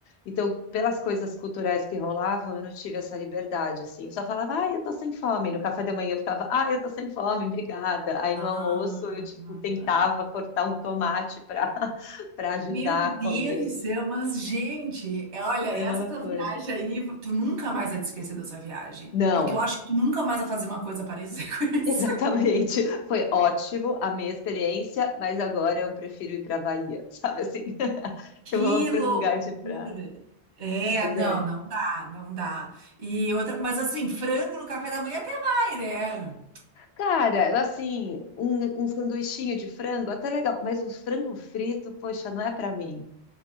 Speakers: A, on the left; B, on the right.
A: Então, pelas coisas culturais que rolavam, eu não tive essa liberdade, assim. Eu só falava, ai, eu tô sem fome. No café da manhã eu ficava, ai, eu tô sem fome, obrigada. Aí
B: Ah,
A: no almoço eu, tipo, tentava
B: ai.
A: cortar um tomate para para ajudar
B: Meu
A: a
B: Deus
A: comer.
B: do céu, mas gente, é, olha,
A: Foi
B: essa
A: uma loucura.
B: tua viagem aí, tu nunca mais vai te esquecer dessa viagem,
A: Não,
B: porque eu acho que tu nunca mais vai fazer uma coisa parecida <laughs>
A: <laughs>
B: com isso.
A: exatamente. Foi ótimo a minha experiência, mas agora eu prefiro ir para Bahia, sabe assim? <laughs>
B: Que
A: Eu vou para
B: loucura!
A: um lugar de praia.
B: É,
A: Mas
B: não,
A: é.
B: não dá, não dá. E outra, mas assim, frango no café da manhã até vai, né?
A: Cara, assim, um, um sanduichinho de frango, até legal, mas um frango frito, poxa, não é para mim.